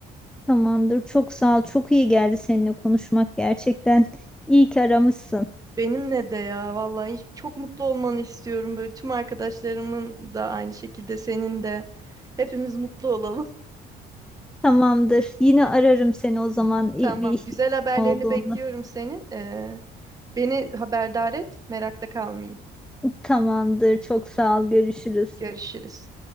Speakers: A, in the centre; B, on the right.
A: Tamamdır. Çok sağ ol. Çok iyi geldi seninle konuşmak gerçekten. İyi ki aramışsın.
B: Benimle de ya vallahi hiç- çok mutlu olmanı istiyorum. Böyle tüm arkadaşlarımın da aynı şekilde senin de. Hepimiz mutlu olalım.
A: Tamamdır. Yine ararım seni o zaman
B: <laughs>
A: i-
B: Tamam.
A: bir ihtiyacın
B: Güzel haberlerini
A: olduğunda.
B: bekliyorum senin. Ee, Beni haberdar et, merakta kalmayayım.
A: Tamamdır. Çok sağ ol. Görüşürüz.
B: Görüşürüz.